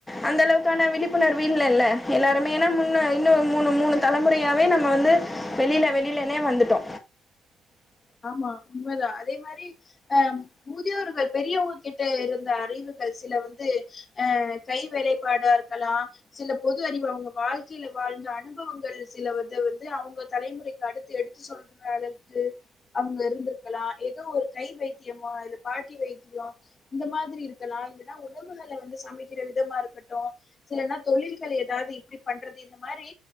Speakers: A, on the left; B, on the left.
A: அந்தளவுக்கான விழிப்புணர்வு இல்லல்ல எல்லாருமே, ஏன்னா முன்னு இன்னும் மூணு மூணு தலைமுறையாவே நம்ம வந்து வெளில வெளிலனே வந்துட்டோ
B: ஆமா உண்மதா, அதே மாரி அ முதியோர்கள் பெரியவங்க கிட்ட இருந்த அறிவுகள் சில வந்து அ கை வேலைப்பாடாருக்கலாம் சில பொது அறிவு அவங்க வாழ்க்கையில வாழ்ந்த அனுபவங்கள் சிலவது வந்து அவங்க தலைமுறைக்கு அடுத்து எடுத்து சொல்ற அளவுக்கு அவங்க இருந்துருக்கலா ஏதோ ஒரு கை வைத்தியமோ இல்ல பாட்டி வைத்தியோ இந்த மாதிரி இருக்கலா இல்லன்னா உணவுகள வந்து சமைக்கிற விதமா இருக்கட்டு சிலனா தொழில்கள் ஏதாவது இப்டி பண்றது இந்த மாரி